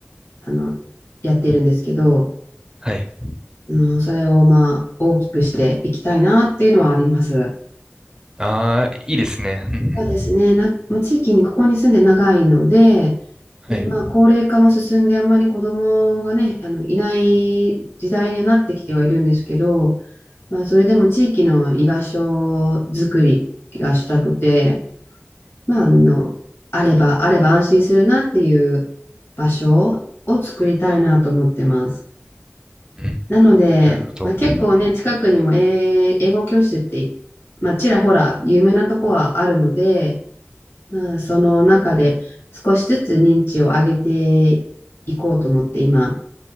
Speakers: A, on the left; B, on the right.
A: あの、やっているんですけど、
B: はい。
A: うん、それを、まあ、大きくしていきたいなっていうのはあります。
B: ああ、いいですね。うんう
A: そうですね。
B: ん
A: な、まあ、地域にここに住んで長いので、で、
B: はい。
A: まあ、高齢化も進んで、あんまり子供がね、あの、いない時代にはなってきてはいるんですけど、まあ、それでも地域の居場所づくりがしたくて、まあ、あの、あれば、あれば安心するなっていう場所を作りたいなと思ってます。
B: うん、
A: なので、
B: なるほど。
A: まあ、結構ね、近くにも英英語教室って、まあ、ちらほら有名なとこはあるので、まあ、その中で少しずつ認知を上げていこうと思って今、